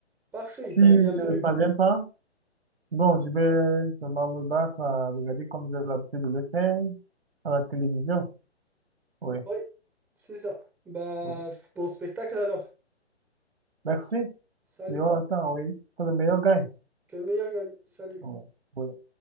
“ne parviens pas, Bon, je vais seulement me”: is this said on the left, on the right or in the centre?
Right